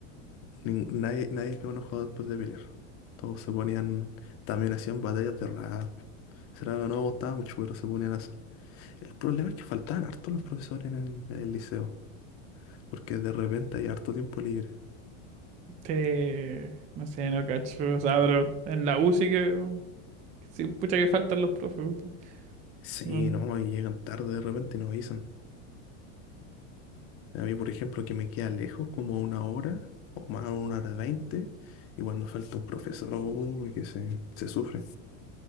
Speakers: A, on the left (about 35°); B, on the right (about 20°).
A: nin- nadie, nadie quedó enojado después de pelear. Todos se ponían, también hacían batallas de rap. Será, no me gustaba mucho, pero se ponían a, El problema es que faltaban harto los profesores en el, en el liceo, porque de repente hay harto tiempo libre.
B: Te- No sé, no cacho. O sea, pero en la U sí que. Sí, pucha que faltan los profes. puta.
A: Sí,
B: Mm,
A: no, y llegan tarde de repente y nos avisan. A mí, por ejemplo, que me queda lejos como a una hora o más una hora veinte, y cuando falta un profesor, uy, que se, se sufre,